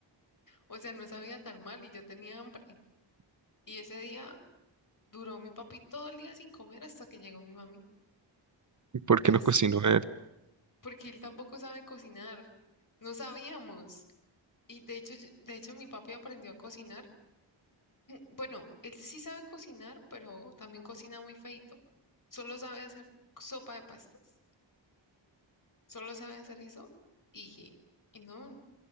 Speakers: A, on the left; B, on the right.
A: O sea, no sabía tan mal y yo tenía hambre. Y ese día duró mi papi todo el día sin comer hasta que llegó mi mami.
B: ¿Y ¿Por qué
A: As-
B: no cocinó él?
A: Porque él tampoco sabe cocinar. No sabíamos. Y de hecho, yo- de hecho, mi papi aprendió a cocinar. Bueno, él sí sabe cocinar, pero también cocina muy feito. Solo sabe hacer sopa de pastas. Solo sabe hacer eso. Y, y no,